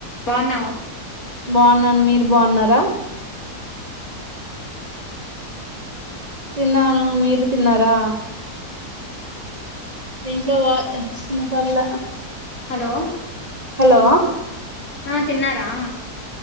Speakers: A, on the left (about 55°); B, on the right (about 25°).
A: బాగున్నావా
B: బాగున్నాను మీరు బాగున్నారా తిన్నాను మీరు తిన్నారా దీంట్లో వా అసినపల్ల
A: హలో
B: హలో
A: ఆ తిన్నారా